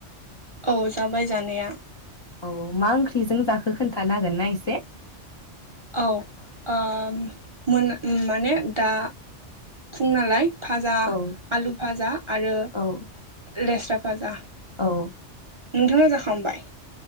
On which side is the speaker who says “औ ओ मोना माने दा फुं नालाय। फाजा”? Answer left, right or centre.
Right